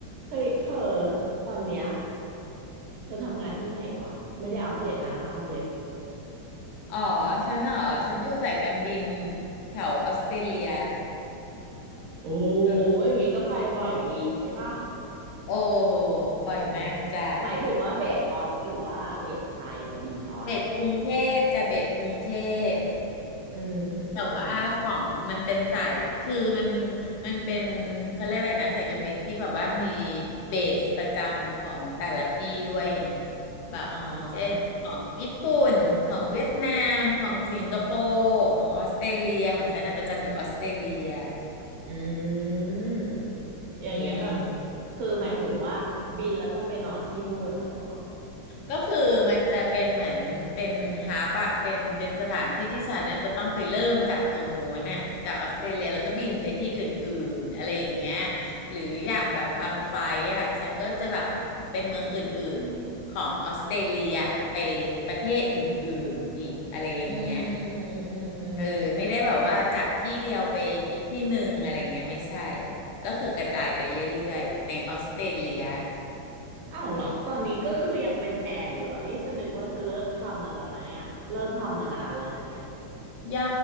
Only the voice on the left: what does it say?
อ๋อฉันเหรอฉันอยู่สายการบินแถวออสเตรเลีย
เออ
โอ้บ่อยมากจ้ะ
เบสกรุงเทพจะเบสกรุงเทพ
แต่ว่าของมันเป็นสายคือมัน
มันเป็นเขาเรียกอะไรนะสายการบินที่แบบว่ามีเบสประจำของแต่ละที่ด้วยไงแบบเช่นของญี่ปุ่นของเวียดนามของสิงคโปร์ของออสเตรเลียของฉันน่ะประจำอยู่ออสเตรเลีย
อืม
ก็คือมันจะเป็นเหมือนเป็นฮับอะเป็นเป็นสถานที่ที่ฉันน่ะจะต้องไปเริ่มจากตรงนู้นน่ะจากออสเตรเลียแล้วก็บินไปที่อื่นๆอะไรอย่างเงี้ยหรืออย่างแบบบางไฟล์อะฉันก็จะแบบเป็นเมืองอื่นๆของออสเตรเลียไปประเทศอื่นๆอีกอะไรอย่างเงี้ย
เออไม่ได้แบบว่าจากที่เดียวไปอีกที่หนึ่งอะไรอย่างเงี้ยไม่ใช่ก็คือกระจายไปเรื่อยๆในออสเตรเลีย
ยั